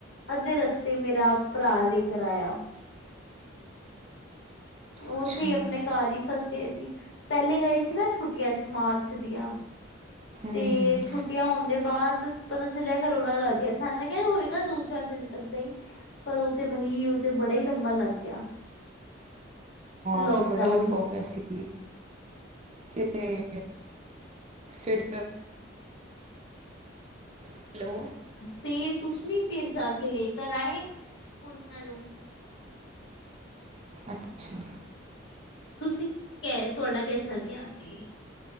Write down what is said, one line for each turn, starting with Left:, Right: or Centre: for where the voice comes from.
Left: ਅੱਧੇ ਰਸਤੇ ਮੇਰਾ ਭਰਾ ਲੇ ਕਰ ਆਇਆ। ਔ
Right: ਅੱਛਾ
Left: ਔਥੇ ਹੀ ਅਪਣੇ ਘਰ ਹੀ ਫਸ ਗਏ ਸੀ ਪੈਲੇ ਗਏ ਸੀ, ਨਾ ਛੁੱਟੀਆਂ ਚ ਮਾਰਚ ਦੀਆਂ
Right: ਹੂੰ
Left: ਤੇ
Right: ਹੂੰ
Left: ਛੁੱ ਛੁਟੀਆਂ ਹੋਣ ਦੇ ਬਾਦ ਪਤਾ ਚੱਲਿਆ, ਕਰੋਣਾ ਲੱਗ ਗਿਆ, ਸਾਨ ਲੱਗਿਆ ਹੋਏਗਾ, ਦੋ-ਚਾਰ ਦਿਨ ਤੱਕ ਦਾ ਹੀ। ਪਰ ਓਹ ਤੇ ਬਹੀ ਉਹ ਤੇ ਬੜਾ ਹੀ ਲੰਬਾ ਲੱਗ ਗਿਆ। ਲੋਕਡਾਊਨ।
Right: ਆ ਬੜਾ ਲੰਬਾ ਹੋ ਗਿਆ ਸੀ। ਤੇ ਫਿਰ ਹੈਲੋ
Left: ਫੇਰ ਕੁਛ ਨੀ ਫੇਰ ਜਾ ਕੇ ਲੇਕਰ ਆਏ, ਓਹਨਾਂ ਨੂੰ।
Right: ਅੱਛਾ।
Left: ਤੁਸੀਂ ਕੈ ਤੁਹਾਡਾ ਕੈਸਾ ਗਿਆ ਸੀ?